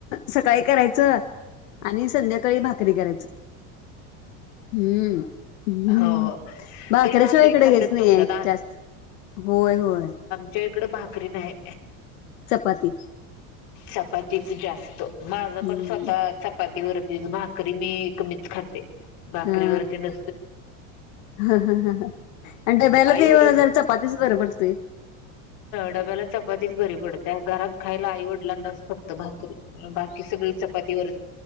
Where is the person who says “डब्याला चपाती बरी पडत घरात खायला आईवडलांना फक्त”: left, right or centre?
Left